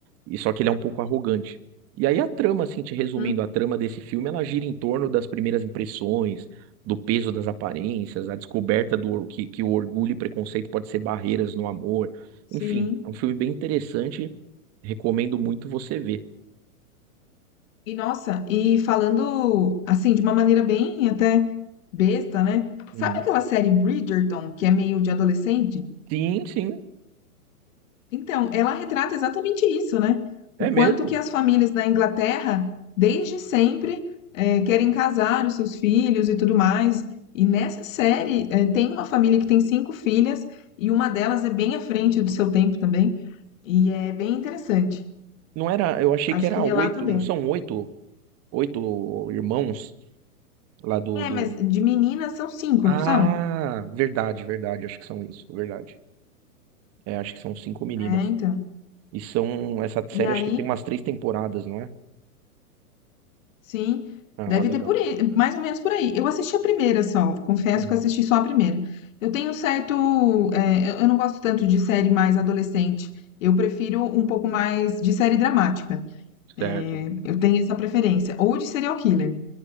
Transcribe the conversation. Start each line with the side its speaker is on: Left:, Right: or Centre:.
Right: e só que ele é um pouco arrogante. E aí a trama, assim, te resumindo,
Left: Uhum,
Right: a trama desse filme, ela gira em torno das primeiras impressões, do peso das aparências, a descoberta do or- que que o orgulho e preconceito pode ser barreiras no amor.
Left: sim.
Right: Enfim, é um filme bem interessante Recomendo muito você ver.
Left: E nossa, e falando assim, de uma maneira bem até besta, né?
Right: Uhum.
Left: Sabe aquela série Bridgerton, que é meio de adolescente?
Right: Sim, sim,
Left: Então, ela retrata exatamente isso, né?
Right: é
Left: O
Right: mesmo.
Left: quanto que as famílias na Inglaterra, desde sempre, eh, querem casar os seus filhos e tudo mais. E nessa série, eh, tem uma família que tem cinco filhas, e uma delas é bem à frente do seu tempo também, e é bem interessante.
Right: Não era, eu achei que
Left: Acho
Right: era
Left: que relata
Right: oito,
Left: bem.
Right: não são oito, oito irmãos lá do,
Left: É,
Right: do...
Left: mas de meninas são cinco,
Right: Ah,
Left: não são?
Right: verdade, verdade, acho que são isso, verdade. É, acho que são cinco meninas.
Left: É, então.
Right: E são, essa série
Left: E aí
Right: acho que tem umas três temporadas, não é?
Left: sim,
Right: Ah,
Left: deve
Right: legal.
Left: ter por aí, mais ou menos por aí. Eu assisti a primeira só, confesso
Right: Uhum.
Left: que eu assisti só a primeira. Eu tenho um certo, eh, eu eu não gosto tanto de série mais adolescente. Eu prefiro um pouco mais de série dramática. Eh,
Right: Certo.
Left: eu tenho essa preferência. Ou de serial killer.